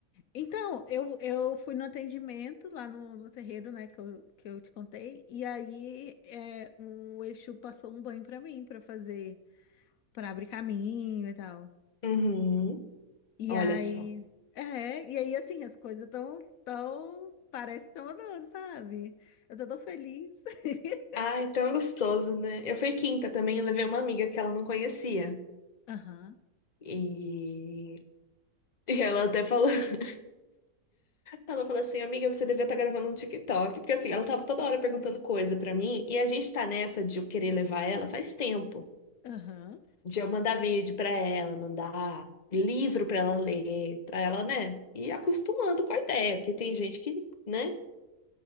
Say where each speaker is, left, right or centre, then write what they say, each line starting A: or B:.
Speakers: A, on the left; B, on the left.
A: Então, eu, eu fui no atendimento lá no, no terreiro, né, que eu, que eu te contei, e aí é, o Exu passou um banho pra mim, pra fazer, pra abrir caminho e tal.
B: Uhum.
A: E
B: Olha
A: aí,
B: só.
A: é, e aí assim, as coisas tão, tão, parece que tão andando, sabe? Eu tô tão feliz. <laughs>
B: Ai, tão gostoso, né? Eu fui quinta também, eu levei uma amiga que ela não conhecia.
A: Aham,
B: E, <laughs> e ela até falou, <laughs> ela falou assim, amiga, você devia estar gravando um TikTok. Porque assim, ela tava toda hora perguntando coisa pra mim, e a gente tá nessa de eu querer levar ela faz tempo.
A: aham,
B: De eu mandar vídeo pra ela, mandar livro pra ela ler, pra ela, né? E acostumando com a ideia, porque tem gente que, né,